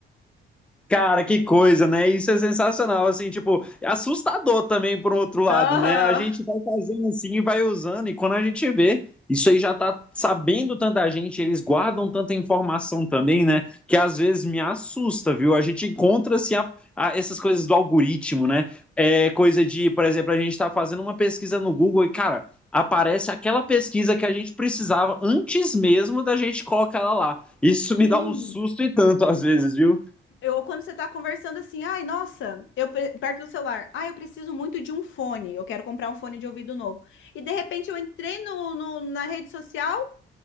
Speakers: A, in the centre; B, on the left.
A: Cara, que coisa, né? Isso é sensacional, assim, tipo, é assustador também por um outro lado,
B: Ah,
A: né? A gente vai fazendo assim e vai usando, e quando a gente vê, isso aí já tá sabendo tanta gente, eles guardam tanta informação também, né? Que às vezes me assusta, viu? A gente encontra assim, a- a- essas coisas do algoritmo, né? É coisa de, por exemplo, a gente tá fazendo uma pesquisa no Google e, cara, aparece aquela pesquisa que a gente precisava antes mesmo da gente colocar ela lá. Isso
B: sim.
A: me dá um susto e tanto às vezes, viu?
B: Eu, quando você tá conversando assim, ai, nossa, eu pre- perto do celular, ai, eu preciso muito de um fone, eu quero comprar um fone de ouvido novo. E de repente eu entrei no, no- na rede social,